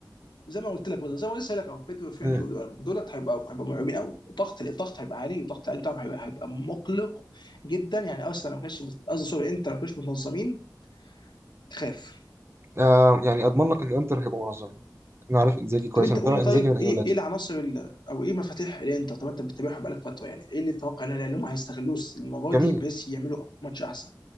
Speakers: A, on the left; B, on the right.
A: زي ما قلت لك برضه زي ما لسه قايل لك اهو بدري وفرانكي
B: مم.
A: ودول دولت هيبقوا هيبقوا مرعوبين قوي الضغط الضغط هيبقى عالي الضغط العالي بتاعهم هيبقى هيبقى مقلق جدا يعني ارسنال لو ما كانش مت- قصدي سوري انت لو ما كانوش متنظمين تخاف
B: آه يعني اضمن لك ان انتر هيبقوا منظمين انا عارف انزاجي كويس
A: طب انت
B: انا متابع
A: قول لي
B: انزاجي
A: طيب
B: من ايام
A: ايه
B: لاتسيو
A: ايه العناصر ال- او ايه مفاتيح الانتر طب انت بتتابعهم بقالك فتره يعني ايه اللي تتوقع ان هم هيستغلوه المره
B: جميل
A: دي بس يعملوا ماتش احسن